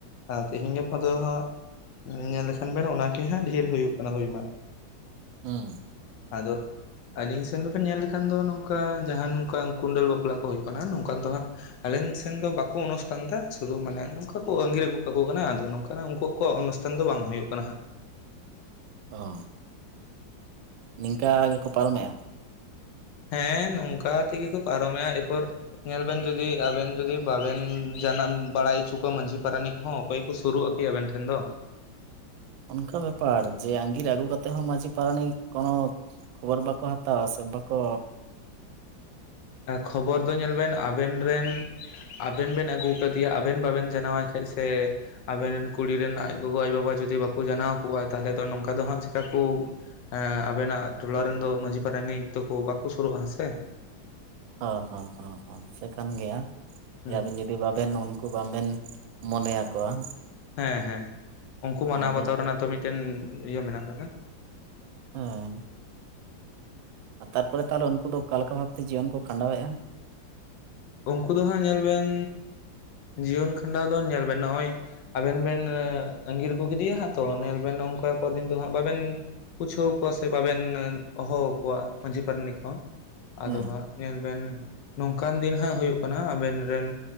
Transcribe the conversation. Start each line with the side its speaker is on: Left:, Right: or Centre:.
Left: ᱛᱮᱦᱮᱤᱧ ᱜᱟᱯᱟ ᱫᱚ ᱦᱟᱸᱜ, ᱧᱮᱞ ᱞᱮᱠᱷᱟᱱ ᱵᱮᱱ ᱚᱱᱟ ᱠᱮᱦᱟᱸ ᱰᱷᱮᱨ ᱦᱩᱭᱩᱜ ᱠᱟᱱᱟ ᱦᱩᱭ ᱢᱟ᱾
Right: ᱦᱮᱸ
Left: ᱟᱫᱚ ᱟᱹᱞᱤᱧ ᱥᱮᱱ ᱫᱚᱵᱮᱱ ᱧᱮᱞ ᱞᱮᱠᱷᱟᱱ ᱫᱚ ᱱᱚᱝ ᱚᱝᱠᱟ ᱡᱟᱦᱟᱸ ᱱᱚᱝᱠᱟ ᱠᱩᱸᱰᱟᱹᱞ ᱵᱟᱯᱞᱟ ᱠᱚ ᱦᱩᱭᱩᱜ ᱠᱟᱱᱟ ᱱᱚᱝᱠᱟᱱ ᱫᱚ ᱦᱟᱸᱜ ᱟᱞᱤᱧ ᱥᱮᱱ ᱫᱚ ᱵᱟᱠᱚ ᱚᱱᱩᱥ ᱯᱷᱟᱱᱫᱟ ᱥᱩᱫᱩ ᱢᱟᱱᱮ ᱱᱚᱝᱠᱟ ᱠᱚ ᱟᱸᱜᱤᱨ ᱟᱹᱜᱩ ᱠᱟᱠᱚ ᱠᱟᱱᱟ ᱟᱫᱚ ᱱᱚᱝᱠᱟ ᱩᱱᱠᱩᱣᱟᱜ ᱠᱚᱣᱟᱜ ᱚᱱᱩᱥᱴᱷᱟᱱ ᱫᱚ ᱵᱟᱝ ᱦᱩᱭᱩᱜ ᱠᱟᱱᱟ ᱦᱟᱸᱜ᱾
Right: ᱚᱻ ᱱᱤᱝᱠᱟ ᱜᱮᱠᱚ ᱯᱟᱨᱚᱢᱮᱼᱟ᱾
Left: ᱦᱮᱸ ᱱᱚᱝᱠᱟ ᱛᱮᱜᱮ ᱠᱩ ᱯᱟᱨᱚᱢᱮᱭᱟ ᱮᱨᱯᱚᱨ ᱧᱮᱞ ᱵᱮᱱ ᱡᱩᱫᱤ ᱟᱵᱮᱱ ᱡᱩᱫᱤ ᱵᱟᱵᱮᱱ ᱡᱟᱱᱟᱢ ᱵᱟᱲᱟᱭ ᱦᱚᱪᱚ ᱠᱚᱣᱟ ᱢᱟᱺᱡᱷᱤ ᱯᱟᱨᱟᱱᱤᱠ ᱠᱚᱦᱚᱸ ᱚᱠᱚᱭ ᱠᱚ ᱥᱩᱨᱩᱜᱼᱟ᱾ ᱠᱮ ᱟᱵᱮᱱ ᱴᱷᱮᱱ ᱫᱚ᱾
Right: ᱚᱱᱠᱟ ᱵᱮᱯᱟᱨ ᱡᱮ ᱟᱸᱜᱤᱨ ᱟᱹᱜᱩ ᱠᱟᱛᱮ ᱦᱚᱸ ᱢᱺᱡᱷᱤ ᱯᱟᱨᱟᱱᱤᱠ ᱠᱚᱱᱚ ᱠᱷᱚᱵᱚᱨ ᱵᱟᱠᱚ ᱦᱟᱛᱟᱣᱟ ᱥᱮ ᱵᱟᱠᱚ᱾
Left: ᱠᱷᱚᱵᱚᱨ ᱫᱚ ᱧᱮᱞ ᱵᱮᱱ ᱟᱵᱮᱱ ᱨᱮᱱ ᱟᱵᱮᱱ ᱵᱮᱱ ᱟᱹᱜᱩ ᱟᱠᱟᱫᱮᱭᱟ ᱟᱵᱮᱱ ᱵᱟᱵᱮᱱ ᱡᱟᱱᱟᱣᱟᱭ ᱠᱷᱟᱡ ᱥᱮ ᱟᱵᱮᱱ ᱨᱮᱱ ᱠᱩᱲᱤ ᱨᱮᱱ ᱟᱡ ᱜᱚᱜᱚ ᱟᱡ ᱵᱟᱵᱟ ᱡᱩᱚᱫᱤ ᱵᱟᱠᱚ ᱡᱟᱱᱟᱣ ᱠᱚᱣᱟ, ᱛᱟᱦᱚᱞᱮ ᱫᱚ ᱱᱚᱝᱠᱟ ᱫᱚ ᱦᱟᱸᱜ ᱪᱤᱟᱹ ᱠᱩ ᱟᱵᱮᱱᱟᱜ ᱴᱚᱞᱟ ᱨᱮᱱ ᱫᱚ ᱢᱟᱺᱡᱷᱤ ᱯᱟᱨᱟᱱᱤᱠ ᱛᱚᱠᱚ ᱵᱟᱠᱚ ᱥᱩᱨᱩᱜᱼᱟ ᱦᱮᱸ ᱥᱮ᱾
Right: ᱦᱚᱸ ᱦᱚᱸᱮ ᱦᱚᱸ ᱦᱚᱸ ᱥᱮ ᱠᱟᱱ ᱜᱮᱭᱟ
Left: ᱦᱩᱸ
Right: ᱟᱵᱮᱱ ᱡᱩᱫᱤ ᱵᱟᱵᱮᱱ ᱩᱱᱠᱩ ᱵᱟᱵᱮᱱ ᱢᱚᱱᱮ ᱭᱟᱠᱚᱣᱟ
Left: ᱦᱮᱸ ᱦᱮᱸ ᱩᱱᱠᱩ ᱢᱟᱱᱟᱣ
Right: ᱫᱚ
Left: ᱵᱟᱛᱟᱣ ᱨᱮᱱᱟᱜ ᱛᱚ ᱢᱤᱫᱴᱮᱱ ᱤᱭᱟᱹ ᱢᱮᱱᱟᱜ ᱟᱠᱟᱫᱟ᱾
Right: ᱦᱚᱸᱻ ᱟᱨ ᱛᱟᱨᱯᱚᱨᱮ ᱛᱟᱦᱚᱞᱮ ᱩᱱᱠᱩ ᱫᱚ ᱚᱠᱟ ᱞᱮᱠᱟ ᱵᱷᱟᱵᱛᱮ ᱡᱤᱭᱚᱱ ᱠᱚ ᱠᱷᱟᱸᱰᱟᱣᱮᱜᱼᱟ?
Left: ᱩᱱᱠᱩ ᱫᱚ ᱦᱟᱸᱜ ᱧᱮᱞ ᱵᱮᱱ ᱡᱤᱭᱚᱱ ᱠᱷᱟᱸᱰᱟᱣ ᱫᱚ ᱧᱮᱞ ᱵᱮᱱ ᱱᱚᱜᱼᱚᱭ ᱟᱵᱮᱱ ᱵᱮᱱ ᱟᱸᱜᱤᱨ ᱟᱹᱜᱩ ᱠᱮᱫᱮᱭᱟ ᱦᱟᱸᱜ ᱛᱚ ᱧᱮᱞ ᱵᱮᱱ ᱱᱚᱝᱠᱟ ᱠᱚ ᱫᱤᱱ ᱫᱚ ᱦᱟᱸᱜ ᱵᱟᱵᱮᱱ ᱯᱩᱪᱷᱟᱹᱣ ᱠᱚᱣᱟ ᱥᱮ ᱵᱟᱵᱮᱱ ᱦᱚᱦᱚ ᱟᱠᱚᱣᱟ ᱢᱟᱹᱡᱷᱤ ᱯᱟᱨᱟᱱᱤᱠ ᱦᱚᱸ᱾ ᱟᱫᱚ
Right: ᱦᱩᱸ
Left: ᱦᱟᱸᱜ ᱧᱮᱞ ᱵᱮᱱ ᱱᱚᱝᱠᱟᱱ ᱫᱤᱱ ᱦᱟᱸᱜ ᱦᱩᱭᱩᱜ ᱠᱟᱱᱟ ᱟᱵᱮᱱ ᱨᱮᱱ